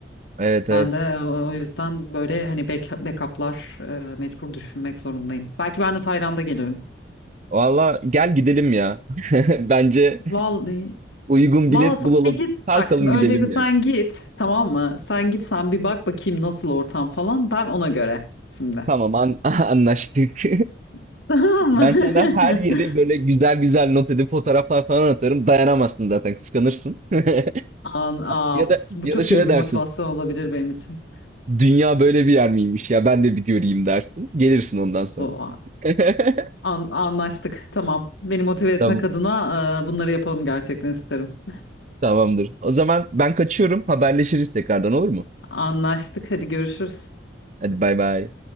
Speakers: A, on the right; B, on the left.
A: Evet evet.
B: Ben de e, o yüzden böyle hani back, backup'lar e, mecbur düşünmek zorundayım. Belki ben de Tayland'a gelirim.
A: Valla gel gidelim ya. <laughs> Bence
B: Vallahi,
A: uygun
B: vallahi
A: bilet bulalım.
B: sen de git.
A: Kalkalım
B: Bak şimdi öncelikle
A: gidelim
B: sen
A: ya.
B: git tamam mı? Sen git sen bir bak bakayım nasıl ortam falan. Ben ona göre şimdi.
A: <laughs> Tamam an <laughs> anlaştık.
B: <laughs> Tamam mı?
A: Ben
B: <laughs>
A: sana her yeri böyle güzel güzel not edip fotoğraflar falan atarım. Dayanamazsın zaten, kıskanırsın. <laughs>
B: An, aa,
A: Ya da
B: bu bu
A: ya
B: çok
A: da şöyle
B: iyi bir
A: dersin.
B: motivasyon olabilir benim için.
A: Dünya böyle bir yer miymiş ya ben de bir göreyim dersin. Gelirsin ondan sonra.
B: Bu.
A: <laughs>
B: An- anlaştık. Tamam. Beni motive etmek
A: Tamam.
B: adına e, bunları yapalım gerçekten isterim.
A: Tamamdır. O zaman ben kaçıyorum. Haberleşiriz tekrardan olur mu?
B: Anlaştık. Hadi görüşürüz.
A: Hadi bay bay.